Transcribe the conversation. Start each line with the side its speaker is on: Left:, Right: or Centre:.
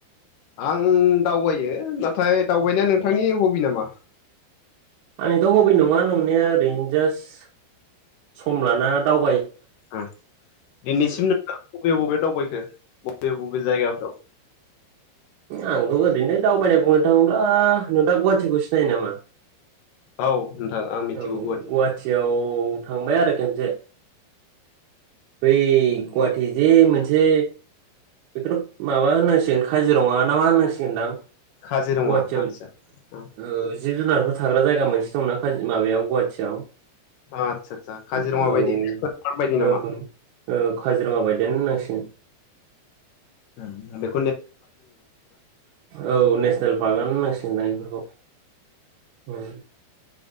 Left: आं दावबायो नाथाय दावबायनाया नोंथांनि हबि नामा
Right: आंनिथ' हबि नङा नंनाया ओरैनो जास्ट सम लाना दाव
Left: ओम दिनैसिम नों बबे बबे दावबायखो बबे बबे जायगाफ्राव
Right: आंथ' ओरैनो दावबायनाय बुंनो थाङोब्ला नोंथा गुवाहाटिखौ सिनायो नामा
Left: औ नोंथां आं मिथिगौ
Right: औ
Left: गुवाहाटि
Right: गुवाहाटियाव थांबाय आरो खेनसे बै गुवाटिजे मोनसे बेखौथ' माबा होननांसिगोन काजिरङा ना मा होननांसिगोनदां
Left: खाजिरङा
Right: गुवाहाटियाव
Left: आतसा उम
Right: ओ जिब -जुनारफोर थाग्रा जायगा मोनसे दंना खाज माबायाव गुवाथियाव
Left: आदसा आदसा काजिरङा
Right: उम
Left: बायदि
Right: औ -औ
Left: नेसनेल पार्क बायदि नामा
Right: ओं ओं खाजिरङा बायदियानो होननांसिगोन
Left: ओं बेक
Right: औ नेसनेल फार्कआनो होननांसि <unintelligible> अह औ